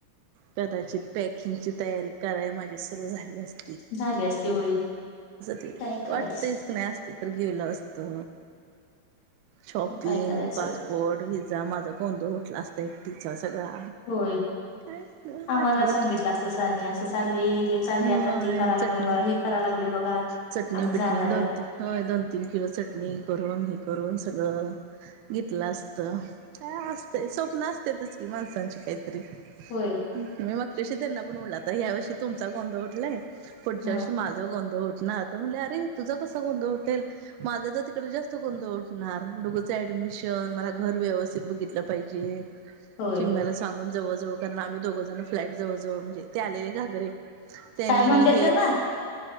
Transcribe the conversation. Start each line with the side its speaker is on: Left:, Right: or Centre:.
Right: कदाचित पॅक <unintelligible> किची तयारी कराय माझी सुरू झाली असती. अस
Left: झाली असती होय
Right: ते
Left: काय करायचं
Right: वाटतयच की. नाही असते तर गेलो असतो. शॉपिंग,
Left: तर काय करायचं
Right: पासप बोर्ड, व्हीजा माझा गोंधळ उठला असता एकटीचा सगळा.
Left: होय
Right: काय
Left: आम्हाला
Right: आठवत
Left: सांगितल असत सा आणि अस चालले हे. चालले
Right: होय
Left: आता ती कराय लागलोय
Right: चटणी
Left: बघा हे कराय लागलोय बघा
Right: चटणी
Left: आम्ही
Right: बिटणी
Left: जाणार
Right: दोन
Left: आहे.
Right: तीन होय दोन तीन किलो चटणी करून हे करून सगळ. घेतलं असत काय असतं, स्वप्न असत्यातचं कि माणसांची काहीतरी.
Left: होय
Right: मी मागच्या वर्षी त्यांना बोललो आता पुढल्या वर्षी तुमचा गोंधळ उठलाय पुढच्या
Left: ह
Right: वर्षी मा गोंधळ उठनार तर आरे म्हटले तुझा कसा गोधंळ उटेल? माझं तर तिकडे जास्त गोंधळ उठणार डुग्गु चऍडमिशन मला घर व्यवस्थित बघितलं पाहिजे. जे
Left: होय
Right: चिमण्यांला सांगून जवळजवळ कारण आम्ही दोघं जण फ्लॅट जवळजवळ म्हणजे ते आलेले घागरे. त्यांनी
Left: काय म्हणतात
Right: हे
Left: त्यांना